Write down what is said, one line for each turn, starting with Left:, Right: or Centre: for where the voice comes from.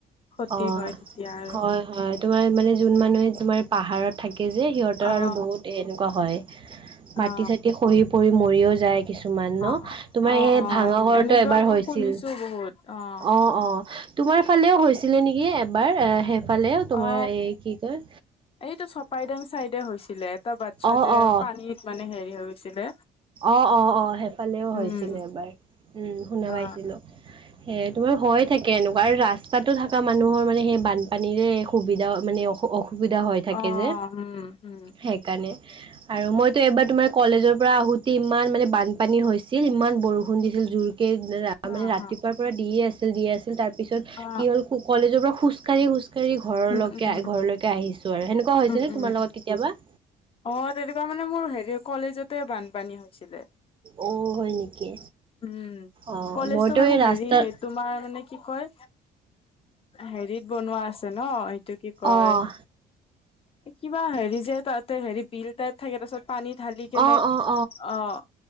Left: ক্ষতি
Right: অ'
Left: হয় তেতিয়া আৰু
Right: হয় হয়। তোমাৰ মানে যোন মানুহে তোমাৰ পাহাৰত থাকে যে সিহঁত সিহঁতৰ
Left: অ
Right: বহুতএনেকুৱা হয় মাটি
Left: অ
Right: চাটি খহি পৰি মৰিও যায়। কিছুমান ন'
Left: অ
Right: তোমাৰ
Left: অ
Right: এই
Left: অ
Right: ভঙা ঘৰটো
Left: এনেকুৱা
Right: এবাৰ
Left: মই
Right: হৈছিল।
Left: শুনিছো বহুত অ'
Right: অ', অ' তোমাৰ ফালেও হৈছিলে নেকি এবাৰ ফালে তোমাৰ
Left: অ
Right: এই কি কয়
Left: এইটো চপাইদাং চাইডে হৈছিলে এটা বাচ্ছা
Right: অ
Left: যে পানীত মানে হেৰি হৈ গৈছিলে।
Right: অ', অ', অ' সেইফালেও
Left: উম
Right: হৈছিলে এবাৰ উম শুনা
Left: অ
Right: পাইছিলো। এ তোমাৰ হয় থাকে এনেকুৱা আৰু ৰাস্তাতো থকা মানুহৰ মানে সেই বানপানীৰে সুবিধা মানে অসুবিধা হয়। থাকে
Left: অ
Right: যে
Left: উম উম
Right: সেইকাৰণে আৰু মইতো এবাৰ তোমাৰ কলেজৰ পৰা আহোঁ ইমান মানে বানপানী হৈছিল ইমান বৰষুণ দিছিল জোৰকে
Left: অ
Right: মানে ৰাতিপুৱা
Left: হা
Right: দিয়ে আছিল দিয়ে আছিল তাৰ পিছত
Left: অ
Right: কি হ'ল কলেজৰ পৰা খোজকাঢ়ি খোজকাঢ়ি ঘৰলৈকে
Left: উম উম
Right: আহ ঘৰলৈকে আহিছো আৰু সেনেকুৱা হৈছে
Left: উম
Right: নে
Left: উম
Right: তোমাৰ লগত কেতিয়াবা?
Left: অ', তেনেকুৱা মানে মোৰ হেৰি কলেজতে বানপানী হৈছিলে
Right: অ', হয় নেকি,
Left: উম
Right: অ',
Left: কলেজটো
Right: মইতো
Left: মানে
Right: এই
Left: হেৰি
Right: ৰাস্তাত
Left: তোমাৰ মানে কি কয় হেৰিত বনোৱা আছে ন' এইটো কি কয়
Right: অ'
Left: কিবা হেৰি যে তাতে হেৰি বিল টাইপ থাকে তাৰ পিছত পানী ঢালি কেনে
Right: অ' অ'
Left: অ',